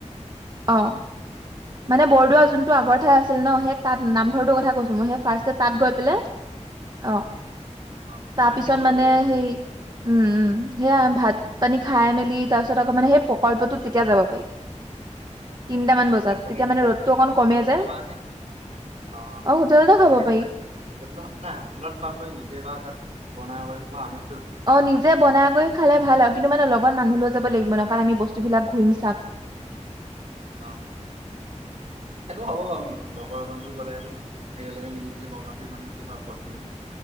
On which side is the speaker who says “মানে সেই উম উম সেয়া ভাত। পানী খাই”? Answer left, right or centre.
Right